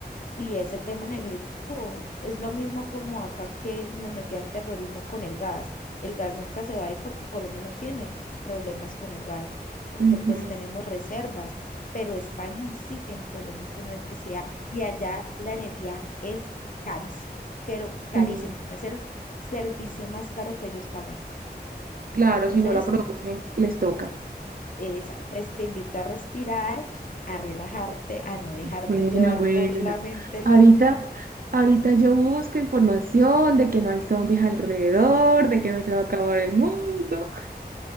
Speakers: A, on the left; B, on the right.
A: y ese tema energético es lo mismo como acá que nos metían terrorismo con el gas. El gas nunca se va a ir porque Colombia no tiene problemas con el gas, porque
B: Ujú,
A: pues tenemos reservas, pero España sí tiene problemas con electricidad y allá la energía es carísima, pero carísima,
B: sí.
A: es el servicio más caro que ellos pagan.
B: Claro,
A: Entonces,
B: si no la producen, les toca.
A: esa- es- te invito a respirar, a relajarte, a no dejarte
B: Bueno,
A: llevar
B: bueno.
A: por la mente
B: Ahorita
A: loca
B: Ahorita yo busco información de que no hay zombies alrededor, de que no se va a acabar el mundo.